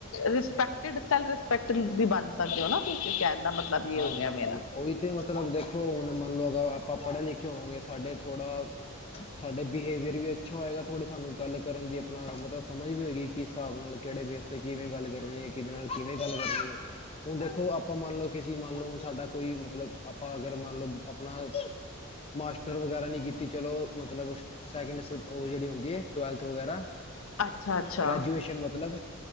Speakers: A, on the left (about 75°); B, on the left (about 30°).
A: ਰਿਸਪੈਕਟਡ ਸਏਲ ਰਿਸਪੈਕਡ ਵੀ ਬਣ ਸਕਦੇ ਹੋ ਨਾ ਤੁਸੀਂ ਕਹਿਣ ਦਾ ਮਤਲਬ ਇਹ
B: ਹਾਂਜੀ
A: ਹੋ ਗਿਆ
B: ਹਾਂਜੀ
A: ਮੇਰਾ।
B: ਉਹੀ ਤਾਂ ਮਤਲਬ ਦੇਖੋ ਹੁਣ ਮੰਨ ਲਓ ਅਗਰ ਆਪਾਂ ਪੜ੍ਹੇ ਲਿਖੇ ਹੋਵਾਂਗੇ ਸਾਡੇ ਥੋੜ੍ਹਾ। ਸਾਡੇ ਬਿਹੇਵੀਅਰ ਵੀ ਅੱਛਾ ਹੋਏਗਾ ਥੋੜੇ ਸਾਨੂੰ ਗੱਲ ਕਰਨ ਦੀ ਆਪਣਾ ਮਤਲਬ। ਸਮਝ ਵੀ ਹੋਏਗੀ ਕਿਸ ਹਿਸਾਬ ਨਾਲ ਕਿਹੜੇ ਬੇਸ ਤੇ ਕਿਵੇਂ ਗੱਲ ਕਰਨੀ ਹੈ ਕਿਹਦੇ ਨਾਲ ਕਿਵੇਂ ਗੱਲ ਕਰਨੀ ਹੈ। ਹੁਣ ਦੇਖੋ ਆਪਾਂ ਮੰਨ ਲਓ ਕਿਸੀ ਮੰਨ ਲਓ ਹੁਣ ਸਾਡਾ ਕੋਈ ਮਤਲਬ ਆਪਾਂ ਅਗਰ ਮੰਨ ਲਓ ਆਪਣਾ। ਮਾਸਟਰ ਵਗੈਰਾ ਨਹੀ ਕੀਤੀ ਚਲੋ ਮਤਲਬ ਸੈਕਿੰਡ ਉਹ ਜਹੜੀ ਹੁੰਦੀ ਹੈ ਟਵੈਲਥ ਵਗੈਰਾ।
A: ਅੱਛਾ ਅੱਛਾ
B: ਗ੍ਰੈਜੂਏਸ਼ਨ ਮਤਲਬ